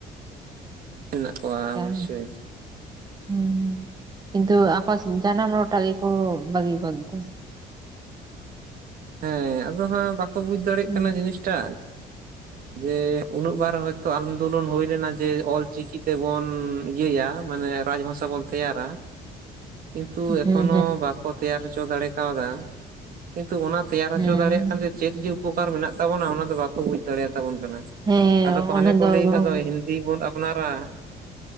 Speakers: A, on the right; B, on the right.
A: ᱢᱮᱱᱟᱜ ᱠᱚᱣᱟ
B: ᱨᱮ
A: ᱚᱵᱚᱥᱳᱭ᱾
B: ᱦᱩᱸ ᱠᱤᱱᱛᱩ ᱟᱠᱚ ᱡᱟᱱᱟᱢ ᱨᱚᱴᱟᱜ ᱜᱮᱠᱚ ᱵᱟᱹᱜᱤ ᱜᱚᱫᱟ᱾
A: ᱦᱮᱸ ᱟᱫᱚ ᱦᱟᱸᱜ ᱵᱟᱠᱚ ᱵᱩᱡᱽ ᱫᱟᱲᱮᱭᱟᱜ
B: ᱦᱩᱸ
A: ᱠᱟᱱᱟ ᱡᱤᱱᱤᱥᱴᱟ᱾ ᱡᱮ ᱩᱱᱟᱹᱜ ᱵᱟᱨ ᱦᱚᱳᱭᱛᱚ ᱟᱱᱫᱳᱞᱚᱱ ᱦᱩᱭᱞᱱᱟ ᱡᱮ ᱚᱞᱪᱤᱠᱤ ᱛᱮᱵᱚᱱ ᱤᱭᱟᱹᱭᱟ ᱢᱟᱱᱮ ᱨᱟᱡᱽ ᱵᱷᱟᱥᱟ ᱵᱚᱱ ᱛᱮᱭᱟᱨᱟ᱾ ᱠᱤᱱᱛᱩ ᱮᱠᱷᱚᱱᱳ
B: ᱦᱩᱸ
A: ᱵᱟᱠᱚ ᱛᱮᱭᱟᱨ ᱦᱚᱪᱚ ᱫᱟᱲᱮ ᱠᱟᱣᱫᱟ ᱠᱤᱱᱛᱩ ᱚᱱᱟ ᱛᱮᱭᱟᱨ
B: ᱦᱩᱸ
A: ᱦᱚᱪᱚ ᱫᱟᱲᱮᱭᱟᱜ ᱠᱟᱱ ᱡᱮ ᱪᱮᱫ ᱜᱮ ᱩᱯᱚᱠᱟᱨ ᱢᱮᱱᱟᱜ ᱛᱟᱵᱚᱱᱟ ᱚᱱᱟ ᱫᱚ ᱵᱟᱠᱚ ᱵᱩᱡ ᱫᱟᱲᱮᱭᱟᱛᱟᱵᱚᱱ ᱠᱟᱱᱟ
B: ᱦᱮᱸ
A: ᱟᱫᱚ ᱠᱚ ᱦᱟᱱᱮ
B: ᱚᱱᱟ
A: ᱠᱚ ᱞᱟᱹᱭ ᱟᱠᱟᱫ
B: ᱵᱟᱝ
A: ᱫᱚ ᱦᱤᱱᱫᱤ ᱵᱚᱱ ᱟᱯᱱᱟᱨᱟ᱾